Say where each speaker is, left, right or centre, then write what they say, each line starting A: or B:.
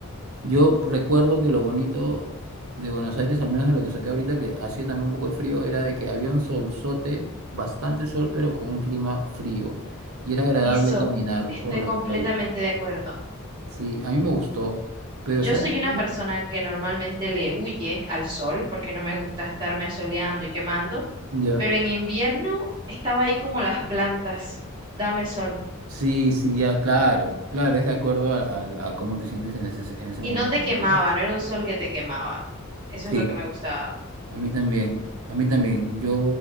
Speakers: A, on the right; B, on the right.
A: Yo recuerdo que lo bonito de Buenos Aires, al menos de lo que saqué ahorita, que hacía también un poco de frío, era de que había un solzote, bastante sol, pero con un clima frío. Y era agradable
B: Eso,
A: caminar
B: estoy
A: por las
B: completamente
A: calles.
B: de acuerdo.
A: Sí, a mí me gustó. Pero
B: Yo
A: ¿sabes
B: soy una
A: qué?
B: persona que normalmente le huye al sol porque no me gusta estarme asoleando y quemando,
A: Ya.
B: pero en invierno estaba ahí como las plantas. Dame sol.
A: Sí, sí, ya, claro. Claro, es de acuerdo a, a- a cómo te sientes en ese, en ese
B: Y
A: momento,
B: no te quemaba,
A: ¿no?
B: no era un sol que te quemaba. Eso
A: Sí,
B: es lo que me gustaba.
A: a mí también. A mí también. Yo,